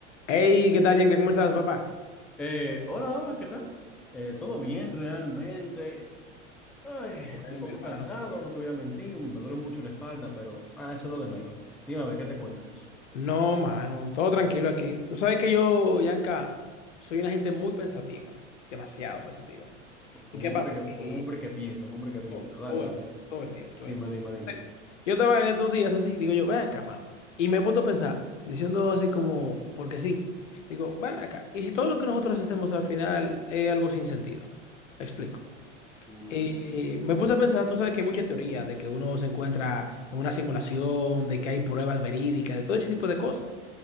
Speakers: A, on the left; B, in the centre.
A: Hey, ¿qué tal, Yanka? ¿Cómo estás, papá?
B: Eh, hola, hola, ¿qué tal? Eh, todo bien realmente. Ay,
A: Bueno,
B: un poco
A: mi hermano,
B: cansado,
A: qué bueno.
B: no te voy a mentir, me duele mucho la espalda, pero ah, eso es lo de menos. Dime, a ver, ¿qué te cuentas?
A: No, mano, todo tranquilo aquí. Tú sabes que yo, Yanka, soy una gente muy pensativa, demasiado pensativa. ¿Y
B: Un
A: qué
B: hombre
A: pasa?
B: que, un
A: Que
B: hombre que piensa, un hombre que piensa.
A: todo,
B: Dale,
A: todo
B: dale.
A: el, tiempo, todo el tiempo, todo
B: Dime,
A: el tiempo.
B: dime, dime.
A: Yo estaba en estos días así, digo yo, ven acá, mano. Y me he puesto a pensar, diciendo así como, porque sí, digo, ven acá. ¿Y si todo lo que nosotros hacemos al final es algo sin sentido? Explico.
B: Mm, así.
A: Eh, me puse a pensar, tú sabes que hay mucha teoría de que uno se encuentra en una simulación, de que hay pruebas verídicas, de todo ese tipo de cosas,